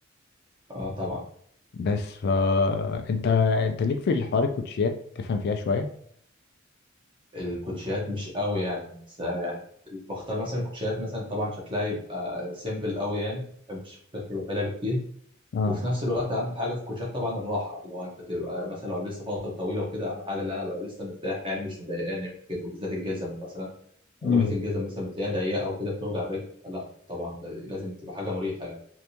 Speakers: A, on the right; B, on the left.
A: اه طبعا
B: بس فا انت انت ليك في الحوار الكوتشيات تفهم فيها شويه
A: الكوتشيات مش قوي يعني بس يعني بختار مثلا الكوتشيات مثلا طبعا شكلها يبقى سيمبل قوي يعني ما بحبش الكوتشيات يبقى فيها لعب كتير
B: اه
A: وفي نفس الوقت اهم حاجه في الكوتشات طبعا الراحه اللي هو انت تبقى مثلا لو لبست فتره طويله وكده اهم حاجه اللي انا ابقى لسه مرتاح يعني مش مضايقاني وكده وبالذات الجزم مثلا اغلبيه
B: امم
A: الجزم مثلا بتلاقيها ضيقه وكده بتوجع الرجل لا طبعا لازم تبقى حاجه مريحه يعني